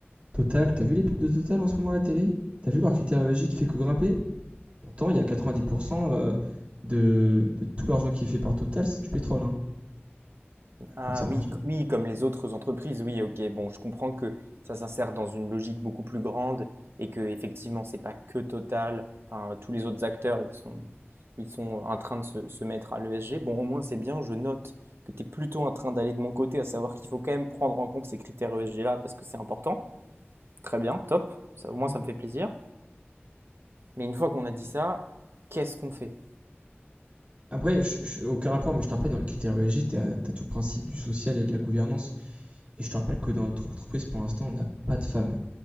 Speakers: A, on the right; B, on the right.
A: Total, t'as vu les pubs de Total en ce moment à la télé T'as vu leur critériologie qui fait que grimper Pourtant, il y a 90% euh, de, de tout l'argent qui est fait par Total, c'est du pétrole. Hein. Écoute,
B: Ah
A: ça marche.
B: oui, c- oui, comme les autres entreprises, oui, ok. Bon, je comprends que ça s'insère dans une logique beaucoup plus grande et que effectivement, c'est pas que Total. Enfin, tous les autres acteurs, ils sont, ils sont en train de se, se mettre à l'ESG. Bon, au moins, c'est bien. Je note que tu es plutôt en train d'aller de mon côté, à savoir qu'il faut quand même prendre en compte ces critères ESG-là parce que c'est important. Très bien, top. Ça, au moins,
A: Mhm.
B: ça me fait plaisir. Mais une fois qu'on a dit ça, qu'est-ce qu'on fait?
A: Après, je, je- aucun rapport, mais je te rappelle, dans les critères ESG, t'as, t'as tout le principe du social et de la gouvernance. Et je te rappelle que dans notre entreprise, pour l'instant, on n'a pas de femmes.